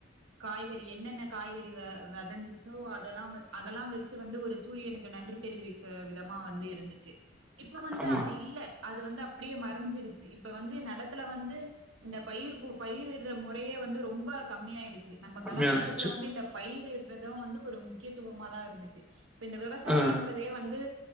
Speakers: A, on the right; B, in the centre.
A: காய்கறி என்னென்ன காய்கறி வெ வெளஞ்சிச்சோ அதெல்லா அதெல்லா வெச்சு வந்து ஒரு சூரியனுக்கு நன்றி தெரிவிக்க விதமா வந்து இருந்துச்சு இப்ப வந்து
B: ஆமா.
A: அது இல்ல அது வந்து அப்டியே மறைஞ்சிடுச்சு இப்ப வந்து நெலத்துல வந்து இந்த பயிர் பயிரிடுற முறையே வந்து ரொம்ப கம்மியாயிடுச் நம்ம
B: கம்மியா
A: கலாச்சாரத்துல
B: இருந்துச்சு.
A: வந்து இந்த பயிர் த வந்து ஒரு முக்கியத்துவமாதா இருந்துச்சு இப்ப இந்த விவசாயன்றதே
B: ஆ.
A: வந்து